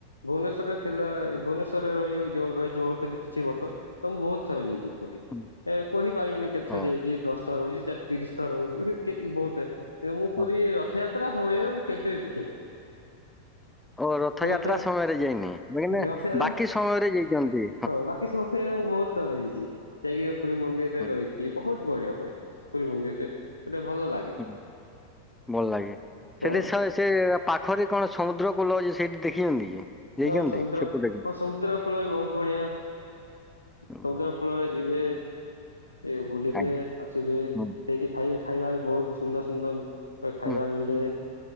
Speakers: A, on the left; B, in the centre.
A: ଭୁବନେଶ୍ଵରରେ ଥିଲା, ଏଇ ଭୁବନେଶ୍ଵରରେ ରହି ଉ, ଯୋଉ ରହି ଯାଉଥିଲି କିଛି ବର୍ଷ ତ ମୁଁ ବହୁତ ଥର ଯାଇଛି ପୁରୀ।
B: ହୁଁ,
A: ଏ କହିପାରିବିନି କେତେଥର
B: ହଁ
A: ଯାଇଚି, ଦଶ ଥର ହଉଚି, ତିରିଶ ଥର ହଉଚୁ ହେ କେତ୍ ବହୁତ ଏ ମୁଁ
B: ହଁ।
A: ପୁରୀ ରଥଯାତ୍ରା ସମୟରେ ମୁଁ କେବେ ବି ଯାଇନି।
B: ଓ ରଥଯାତ୍ରା
A: ମୁଁ ରଥ
B: ସମୟରେ ଯାଇନି ନହିନେ
A: ରଥଯାତ୍ରା
B: ବାକି ସମୟରେ ଯାଇଚନ୍ତି।
A: ହଁ ବାକି <unintelligible> ମୁଁ ବହୁତ ତର ଯାଇଚି, ଯାଇକି ଏ ପୁରୀ ମନ୍ଦିରରେ
B: ହଁ
A: ରହି ସିଏ ବହୁତ ବଢିଆ ପରିବେଶ ପୁରୀ ମନ୍ଦିରଟେ ଗୋଟେ ଭଲ ଲାଗ
B: <inaudible> ଭଲ ଲାଗେ
A: ହଁ।
B: ସେଟି ସ ସେ ପାଖରେ କଣ ସମୁଦ୍ର କୂଲ ଅଛି ସେଇଠି ଦେଖିଛନ୍ତି କି? ଯାଇଛନ୍ତି
A: ହଁ ସମୁଦ୍ର,
B: ସେପଟକୁ?
A: ହଁ ସମୁଦ୍ର କୂଳ ବି ବହୁତ ବଢିଆ, ସମୁଦ୍ର
B: ହୁଁ
A: କୂଳରେ ଯିବେ ଏ ବୁଲିବେ
B: ଆଜ୍ଞା।
A: ଆସିବେ। ସେଇଠି
B: ହୁଁ।
A: ଖାଇବେ, ଖାଇବା ବି ବହୁତ ସୁନ୍ଦର ସୁନ୍ଦର ଏ ଖାଇବା
B: ହୁଁ।
A: ମିଲେ।